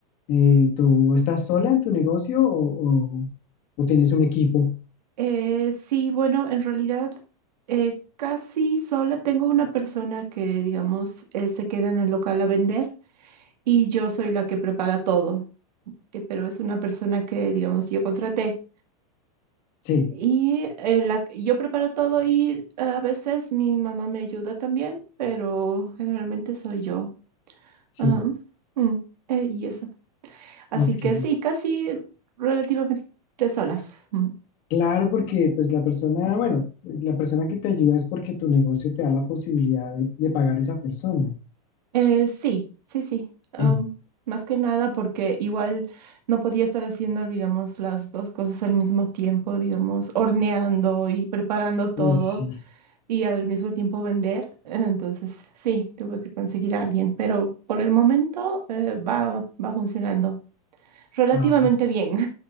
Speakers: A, on the left; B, on the right.
A: eh, ¿tú estás sola en tu negocio o, o- o tienes un equipo?
B: Eh, sí, bueno, en realidad eh, casi sola tengo una persona que, digamos, eh, se queda en el local a vender y yo soy la que prepara todo, que- pero es una persona que, digamos, yo contraté.
A: Sí,
B: Y eh, la- yo preparo todo y a veces mi mamá me ayuda también, pero generalmente soy yo.
A: sí,
B: Ah, mm, eh, y eso. Así
A: ok.
B: que sí, casi relativamente sola. Mm.
A: Claro, porque pues la persona, bueno, la persona que te ayuda es porque tu negocio te da la posibilidad de, de pagar a esa persona.
B: Eh, sí, sí, sí.
A: <clears throat>
B: Am, más que nada porque igual no podía estar haciendo, digamos, las dos cosas al mismo tiempo, digamos, horneando y preparando todo
A: Pues sí.
B: y al mismo tiempo vender. Entonces, sí, tuve que conseguir a alguien, pero por el momento eh, va, va funcionando relativamente
A: ah,
B: bien.